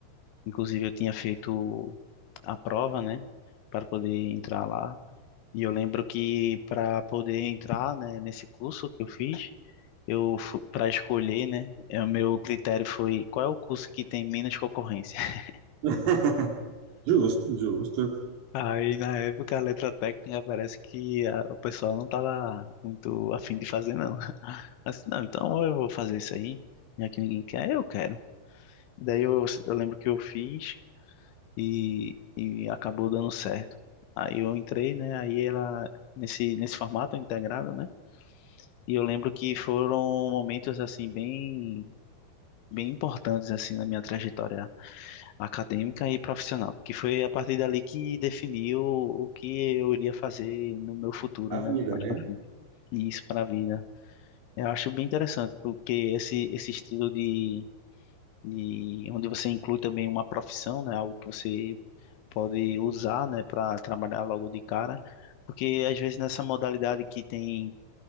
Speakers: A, on the left; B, on the right.
A: Inclusive eu tinha feito a prova, né? Para poder entrar lá. E eu lembro que para poder entrar, né, nesse curso que eu fiz, eu para escolher, né, é, o meu critério foi qual é o curso que tem menos concorrência. <laughs>
B: <laughs> Justo, justo.
A: Aí na época a letra técnica parece que a- o pessoal não tava muito afim de fazer não. <laughs> Assim, não, então ou eu vou fazer isso aí, já que ninguém quer, eu quero. Daí eu, eu lembro que eu fiz e, e acabou dando certo. Aí eu entrei, né, aí ela nesse nesse formato integrado, né? E eu lembro que foram momentos assim bem bem importantes assim na minha trajetória acadêmica e profissional, porque foi a partir dali que definiu o que eu iria fazer no meu futuro,
B: A vida,
A: né, mais
B: né?
A: para frente. E isso para a vida. Eu acho bem interessante, porque esse esse estilo de, de onde você inclui também uma profissão, né, algo que você pode usar, né, para trabalhar logo de cara, porque às vezes nessa modalidade que tem